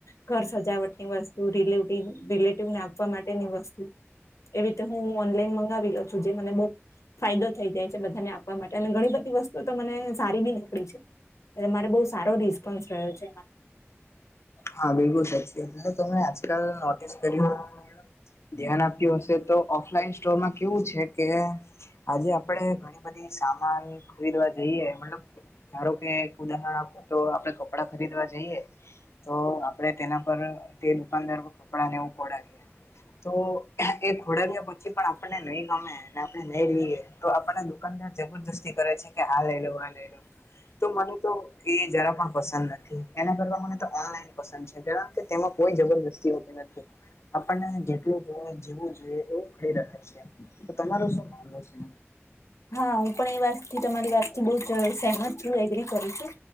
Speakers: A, on the left; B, on the left.
A: ઘર સજાવટ ની વસ્તુ રિલે રિલેટિવને આપવા માટેની વસ્તુ. એવી રીતે હું ઓનલાઈન મંગાવી લઉ છું જે મને બવ ફાયદો થઈ જાય છે બધાને આપવા માટે અને ઘણી બધી વસ્તુ તો મને સારી બી નીકળી છે. એટલે મારે બહુ સારો રિસ્પોન્સ રહ્યો છે એમાં.
B: હા બિલકુલ સાચી વાત એટલે તમે આજકાલ નોટિસ કરીય, ધ્યાન આપ્યું હસે તો ઓફલાઈન સ્ટોરમાં કેવું છે કે. આજે આપણે ઘણી બધી સામાન. ખરીદવા જઈએ મતલબ ધારો કે ઉદાહરણ આપું તો આપડે કપડા ખરીદવા જઈએ. તો આપડે તેના પર તે દુકાનદાર પર કપડાં નેવું પડાવી. તો એ ખોડાવ્યા પછી પણ આપણને નહી ગમે. નહી ર તો આપડા દુકાનદાર જબરદસ્તી કરે છે. આ લઈ લો આ લઈ લો, તો મને તો એ જરા પણ પસંદ નથી, એના કરતા મને કારણ કે તેમાં કોઈ જબરજસ્તી હોતી નથી. આપણને જેટલું જવું જોઈએ એવું મળી રહે છે, તો તમાર શું માનવું છે?
A: હા હું પણ એ વાતથી તમારી વાતથી બહ જ સહેમજ છું એગ્રી કરું છું.